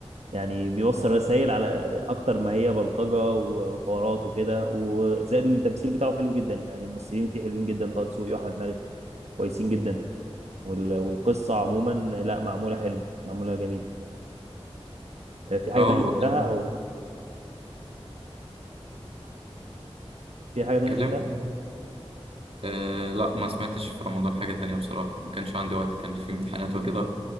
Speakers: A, on the right; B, on the right.
A: يعني بيوصل رسائل على اكتر ما هي بلطجة وحوارات وكده وزائد ان التمثيل بتاعه حلو جدا يعني الممثلين فيه حلوين جدا طه دسوقي واحمد مالك كويسين جدا وال- والقصة عموما آه، لا معمولة حلو معمولة جميل آه، في حاجة
B: اه
A: تانية
B: هو
A: شفتها
B: كان
A: او في حاجة تانية
B: بيتكلم
A: شفتها
B: أه لا ما سمعتش في رمضان حاجة تانية بصراحة ما كانش عندي وقت كان في امتحانات وكده